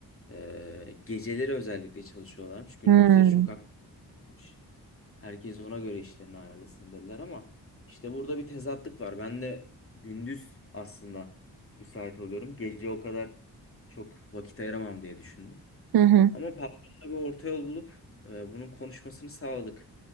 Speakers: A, on the left; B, on the right.
A: Ee, geceleri özellikle çalışıyorlarmış. Gündüzleri
B: Hmm.
A: çok aktifmiş. Herkes ona göre işlerini ayarlasın dediler ama işte burada bir tezatlık var. Ben de gündüz aslında müsait oluyorum. Gece o kadar çok vakit ayıramam diye düşündüm.
B: Hı hı.
A: Ama patronla bir orta yol bulup e, bunun konuşmasını sağladık.